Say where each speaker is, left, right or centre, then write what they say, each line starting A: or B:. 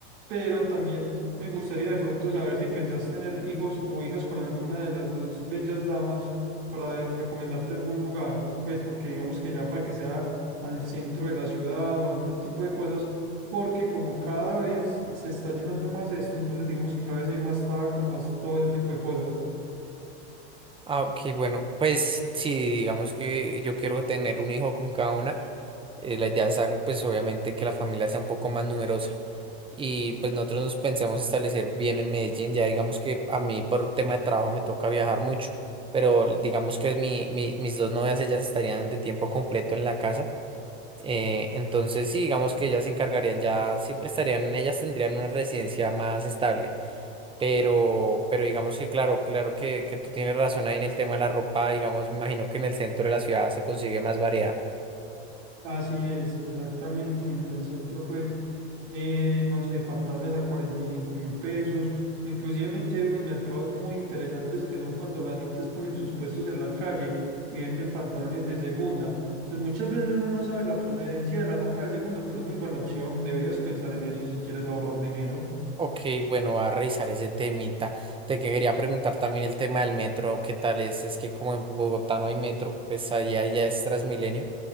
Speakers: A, on the right; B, on the right.
A: pero también me gustaría de pronto saber si pensás tener hijos o hijas con alguna de las dos bellas damas para eh, recomendarte algún lugar, pues porque digamos que ya para que sea al centro de la ciudad o algún tipo de cosas porque como cada vez se está llenando más esto, entonces digamos que cada vez hay más tacos, más todo ese tipo de cosas.
B: Ah, ok, bueno, pues sí, digamos que yo quiero tener un hijo con cada una. eh, la idea es ah, pues obviamente que la familia sea un poco más numerosa. Y pues nosotros nos pensamos establecer bien en Medellín. Ya digamos que a mí por tema de trabajo me toca viajar mucho, pero digamos que es mi, mi- mis dos novias, ellas estarían de tiempo completo en la casa. Eh, entonces sí, digamos que ellas se encargarían, ya siempre estarían, ellas tendrían una residencia más estable. Pero, pero digamos que claro, claro que, que tú tienes razón ahí en el tema de la ropa, digamos, me imagino que en el centro de la ciudad se consigue más variedad.
A: Así es, exactamente. En el centro, pues, eh, no sé, pantalones a cuarenta y cinco mil pesos. O inclusivemente hay unos mercados muy interesantes que son cuando las gentes ponen sus puestos en la calle y venden pantalones de segunda. Pues muchas veces uno no sabe la procedencia de la ropa de segunda, pero es muy buena opción. Deberías pensar en eso si quieres ahorrar dinero.
B: Ok, bueno, voy a revisar ese temita. Te que quería preguntar también el tema del metro, ¿qué tal es? Es que como en Bogotá no hay metro, pues allá ya es Transmilenio.